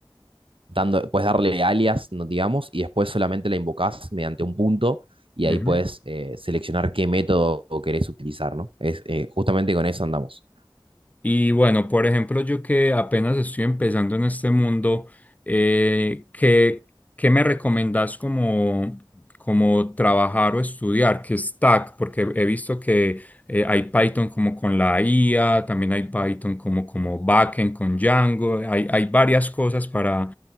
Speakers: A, on the right; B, on the left.
A: dando, puedes darle alias, no digamos, y después solamente la invocás mediante un punto y ahí
B: Ujú.
A: puedes eh, seleccionar qué método querés utilizar, ¿no? Es, eh, justamente con eso andamos.
B: Y bueno, por ejemplo, yo que apenas estoy empezando en este mundo, eh, ¿qué, qué me recomendás como, como trabajar o estudiar? ¿Qué stack? Porque he visto que eh, hay Python como con la IA, también hay Python como, como backend con Django, hay, hay varias cosas para,